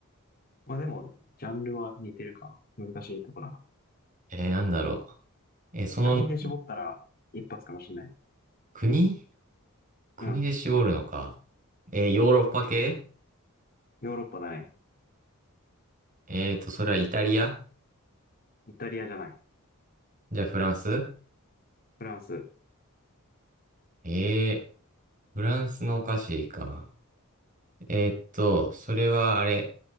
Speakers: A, on the left; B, on the right.
A: まあでも、ジャンルは似てるか。難しいところだ。
B: えー、なんだろう。えーその、
A: 国で絞ったら、一発かもしんない。
B: 国国で絞るのか。
A: うん。
B: えーヨーロッパ系
A: ヨーロッパだね。
B: えっと、それはイタリア
A: イタリアじゃない。
B: じゃあフランス
A: フランス。
B: えー、フランスのお菓子か。えーっと、それはあれ、